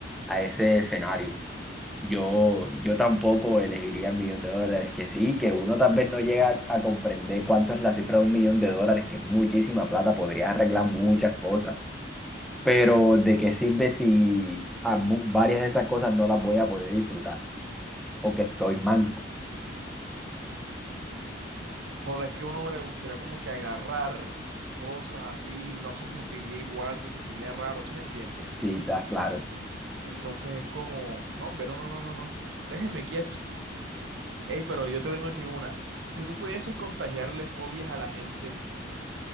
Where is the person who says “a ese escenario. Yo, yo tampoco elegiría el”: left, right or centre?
Centre